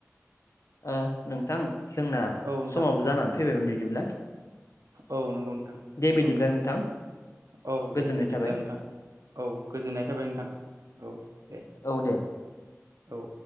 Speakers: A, on the left; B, on the right.
A: ओ नोंथां जोंना
B: औ नोंथां
A: समाव जानानै फैबायमोन बिदिब्ला।
B: औ नंगौ नोंथां
A: दे बिदिब्ला
B: औ
A: नोंथां
B: औ
A: गोजोननाय
B: दे बिदिब्ला
A: थाबाय
B: नोंथां। औ गोजोननाय थाबाय नोंथां औ दे
A: औ दे
B: औ